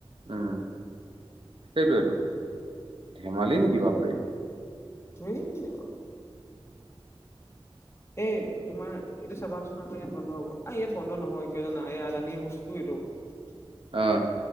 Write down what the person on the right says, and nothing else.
উম', সেইটোই টো ধেমালি নেকি বাপৰে'।
অ',